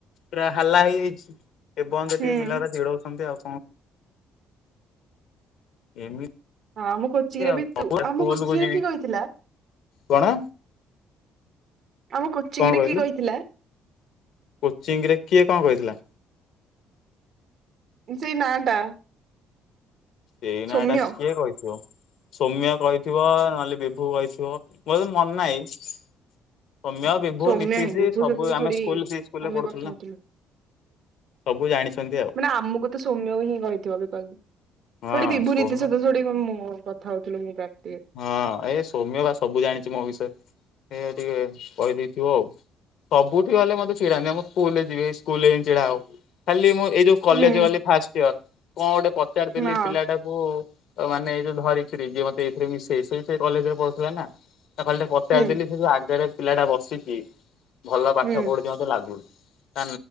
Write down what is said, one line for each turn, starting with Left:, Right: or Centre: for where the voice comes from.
Left: ପୁରା ହାଲା ହେଇଯାଇଚି। ଏ ପର୍ଯ୍ୟନ୍ତ
Right: ହୁଁ
Left: ଟିକେ ପିଲାରା
Right: ହଁ
Left: ଚିଡଉଛନ୍ତି ଆଉ। <unintelligible>
Right: ହଁ ଆମ କୋଚିଙ୍ଗରେ
Left: ଆଉ
Right: ବିିତୁ
Left: ସ୍କୁଲକୁ
Right: ଆମ କୋଚିଙ୍ଗରେ
Left: ଯିବି।
Right: କି କହିଥିଲା।
Left: କଣ?
Right: ଆମ କୋଚିଂ
Left: କଣ
Right: ରେ
Left: କହିଲୁ
Right: କିଏ କହିଥିଲା?
Left: କୋଚିଂ ରେ କିଏ କଣ କହିଥିଲା?
Right: ସେଇ ନା ଟା
Left: ସେଇନାଟା
Right: ସୌମ୍ୟ
Left: କିଏ କହିଥିବ? ସୌମ୍ୟା କହିଥିବ ନହେଲେ ବିଭୁ କହିଥିବ ମୋର ମନ ନାହିଁ। ସୌମ୍ୟ ବିଭୁ
Right: ସୌମ୍ୟା
Left: ନୀତିଶ
Right: ହେଇଁ ବିଭୁ
Left: ସବୁ
Right: ସତ
Left: ଆମେ
Right: ଥୋଡି
Left: ସ୍କୁଲ ସେଇ ସ୍କୁଲରେ
Right: ଆମେ
Left: ପଢୁଥିଲୁ
Right: କଥା
Left: ନା
Right: ହଉଥିଲୁ
Left: ସବୁ ଜାଣିଛନ୍ତି ଆଉ
Right: ମାନେ ଆମକୁ ତ ସୌମ୍ୟ ହିଁ କହିଥିବ ବିକଜ
Left: ହଁ
Right: ଥୋଡ଼ି ବିଭୁ
Left: ସୌମ୍ୟ
Right: <unintelligible> ଥୋଡ଼ି ମୋମ କଥା ହଉଥିଲି <unintelligible>
Left: ହଁ ଏଇ ସୋମ୍ୟ ବା ସବୁ ଜାଣିଚି ମୋ ବିଷୟରେ। ଏଇ ଟିକେ କହିଦେଇଥିବ ଆଉ ସବୁଠି ଗଲେ ମତେ ଛିଡାନ୍ତି ଆମ ସ୍କୁଲରେ ଯିବି ସ୍କୁଲରେ ହି ଛିଡା ହବ ଖାଲି ଏଇ ଯୋଉ କଲେଜ
Right: ହୁଁ
Left: ଗଲି ଫାଷ୍ଟ ଇୟର ଙ୍କ ପଚାରିଦେଲି
Right: ହଁ
Left: ପିଲାଟାକୁ ତ ମାନେ ଏଇ ଯୋଉ ଧରିକିରି ଯିଅ <unintelligible> କଲେଜରେ ପଢୁଥିଲା ନା। ତାକୁ ଖାଲି ଟିକେ ପଚାରଦେଲି
Right: ହୁଁ
Left: ସେ ଜଉ ଆଗରେ ପିଲା ଟା ବସିଚି। ଭଲ ପାଠ
Right: ହୁଁ
Left: ପଢୁଛି ମତେ ଲାଗୁନି। ତା